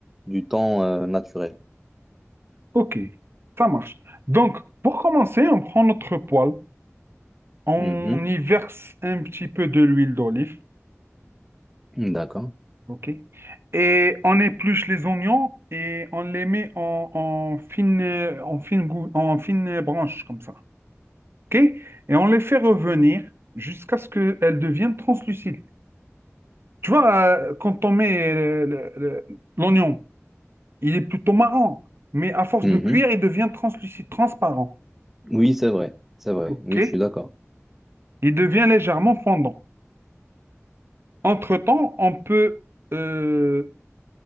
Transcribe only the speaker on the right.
ok, ça marche. Donc, pour commencer, on prend notre poêle. On
y verse un petit peu de l'huile d'olive,
ok? Et on épluche les oignons et on les met en, en fine, en fine, gou- en fine branche, comme ça, ok? Et on les fait revenir jusqu'à ce qu'elles deviennent translucides. Tu vois, euh, quand on met euh, le- le- l'oignon, il est plutôt marron, mais à force
de cuire, il devient translucide, transparent,
ok?
Il devient légèrement fondant. Entre-temps, on peut euh,